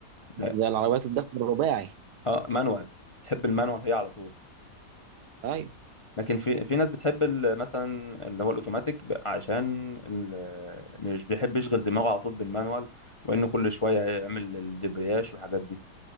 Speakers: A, on the left (about 30°); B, on the right (about 75°).
A: لا،
B: زي العربيات الدفع الرباعي
A: اه مانوال بتحب المانوال هي على طول
B: ايوه
A: لكن في في ناس بتحب ال- مثلا اللي هو الاوتوماتيك ب- عشان ال- مش بيحب يشغل دماغه على طول بالمانوال وانه كل شويه يعمل الدبرياش والحاجات دي